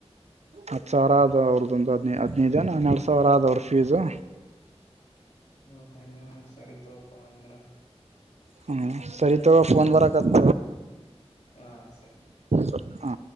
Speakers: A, on the right; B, on the left.
A: ಹತ್ತ ಸಾವ್ರ ಆದ ಅವ್ರದೊಂದು ಹದ್ ಹದ್ನೈದ ಎನ ಹನ್ನೆರಡ ಸಾವ್ರ ಆದ ಅವ್ರ ಫೀಸು.
B: ಹೌದಪ ಇನ್ನ <unintelligible> ಸರಿ ತೋಪ ಅಂದ್ರ.
A: ಹ ಸರಿ ತೋ ಫೋನ್ ಬರಾಕತ್.
B: ಹಾ ಸರಿ
A: ಹಾ